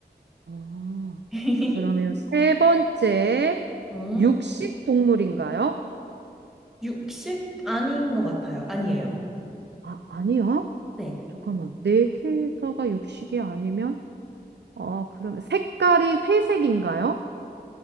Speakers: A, on the right; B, in the centre.
A: 어,
B: <laughs>
A: 그러면 세 번째,
B: 응?
A: 육식 동물인가요?
B: 육식 아닌 것 같아요. 아니에요.
A: 아, 아니요.
B: 네.
A: 잠깐만. 네 개다가 육식이 아니면? 어, 그러면 색깔이 회색인가요?